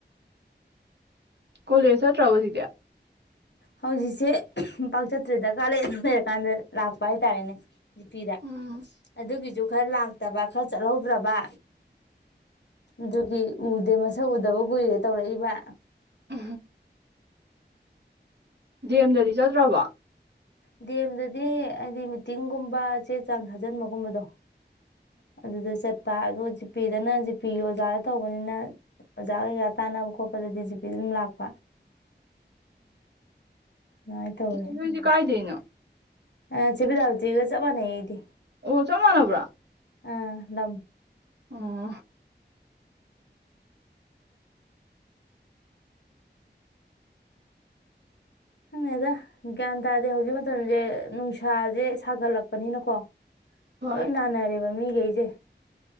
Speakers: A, on the right (about 70°); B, on the left (about 70°).
A: ꯀꯣꯂꯔꯖꯠ ꯔꯑꯣꯣ ꯏꯗꯌꯥ
B: ꯍꯧꯖꯤꯛꯁꯦ ꯄꯥꯛꯆꯠꯇ꯭ꯔꯦ ꯗꯔꯀꯥꯔ ꯂꯩ ꯑꯗꯨ ꯂꯩꯔꯀꯥꯟꯗ ꯂꯥꯛꯄ ꯍꯥꯏꯇꯥꯔꯦꯅꯦ ꯖꯤꯄꯤꯗ
A: ꯎꯝ
B: ꯑꯗꯨꯒꯤꯁꯨ ꯈꯔ ꯂꯥꯛꯇꯕ ꯈꯔ ꯆꯠꯍꯧꯗ꯭ꯔꯕ ꯑꯗꯨꯒꯤ ꯎꯗꯦ ꯃꯁꯛ ꯎꯗꯕ ꯀꯨꯏꯔꯦ ꯇꯧꯔꯛꯏꯕ
A: ꯑ ꯖ ꯑꯦꯝꯗꯗꯤ ꯆꯠꯇ꯭ꯔꯕ
B: ꯗꯦꯝꯗꯗꯤ ꯍꯥꯏꯗꯤ ꯃꯤꯇꯤꯡꯒꯨꯝꯕ ꯆꯦ ꯆꯥꯡ ꯊꯥꯖꯟꯕꯒꯨꯝꯕꯗꯣ ꯑꯗꯨꯗ ꯆꯠꯄ ꯑꯗꯣ ꯖꯤꯄꯤꯗꯅ ꯖꯤꯄꯤ ꯑꯣꯖꯥꯗ ꯇꯧꯕꯅꯤꯅ ꯑꯣꯖꯥ ꯀꯩꯀꯥ ꯇꯥꯅꯕ ꯈꯣꯠꯄꯗꯗꯤ ꯖꯤꯄꯤꯗ ꯑꯗꯨꯝ ꯂꯥꯛꯄ ꯑꯗꯨꯃꯥꯏꯅ ꯇꯧꯋꯦ
A: ꯁꯤꯁꯇꯔ ꯈꯣꯏꯁꯦ ꯀꯥꯏꯗꯩꯅꯣ?
B: ꯌꯥ ꯆꯦ ꯕꯤꯂꯥꯕꯇꯤꯒ ꯆꯞ ꯃꯟꯅꯩ ꯏꯩꯗꯤ꯫
A: ꯑꯣ ꯆꯞ ꯃꯟꯅꯥꯕ꯭ꯔꯣ?
B: ꯑꯥ ꯂꯝ
A: ꯑꯣ
B: ꯈꯪꯗꯦꯗ ꯒ꯭ꯌꯥꯟ ꯇꯥꯗꯦ ꯍꯧꯖꯤꯛ ꯃꯇꯝꯁꯦ ꯅꯨꯡꯁꯥꯁꯦ ꯁꯥꯒꯠꯂꯛꯄꯅꯤꯅꯀꯣ
A: ꯍꯣꯏ
B: ꯂꯣꯏ ꯅꯥꯅꯔꯦ꯫ ꯃꯃꯤ ꯀꯩꯁꯦ